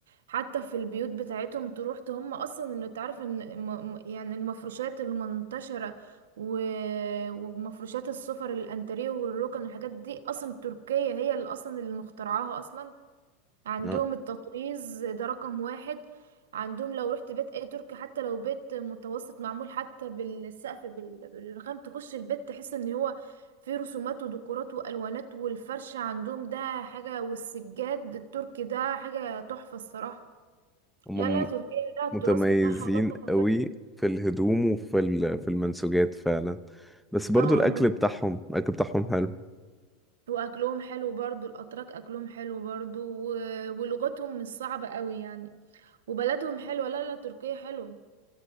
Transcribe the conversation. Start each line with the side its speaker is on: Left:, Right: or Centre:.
Right: حتى في البيوت بتاعتهم تروح ت- هم اصلا ان تعرف ان م- م- يعني المفروشات المنتشرة و... ومفروشات السفر الانتريه والركن والحاجات دي اصلا تركيا هي اللي اصلا اللي مخترعاها اصلا عندهم
Centre: آه.
Right: التطريز ده رقم واحد عندهم لو رحت بيت اي تركي حتى لو بيت متوسط معمول حتى بالسقف بال- بالرخام تخش البيت تحس ان هو فيه رسومات وديكورات والوانات والفرش عندهم ده حاجة والسجاد التركي ده حاجة تحفة الصراحة
Centre: هم
Right: لا لا
Centre: م-
Right: تركيا لا التراث
Centre: متميزين
Right: بتاعها ولا ثقافتها
Centre: قوي في الهدوم وفي ال- في المنسوجات فعلا بس برضو
Right: اه
Centre: الاكل
Right: من-
Centre: بتاعهم الاكل بتاعهم حلو
Right: واكلهم حلو برضو الاتراك اكلهم حلو برضو و- ولغتهم مش صعبة قوي يعني وبلدهم حلوة لا لا تركيا حلوة